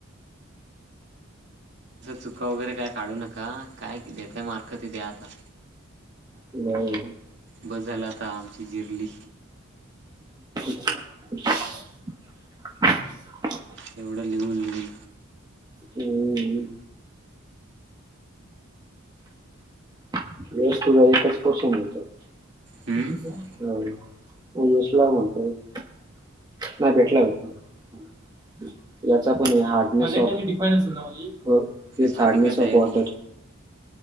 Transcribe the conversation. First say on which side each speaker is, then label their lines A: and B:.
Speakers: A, on the right; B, on the right.
A: चुका वगैरे काय काढू नका काय देताय ते मार्क ते आता द्या आता.
B: हम्म.
A: बस झाल आता. आता आमची जिर्ली..
B: <inaudible>
A: एवढं लिहून लिहून
B: हम्म. <unintelligible>
A: हम्म झाली
B: हार्डनेस
A: काय
B: ऑफ
A: तयारी.
B: वॉटर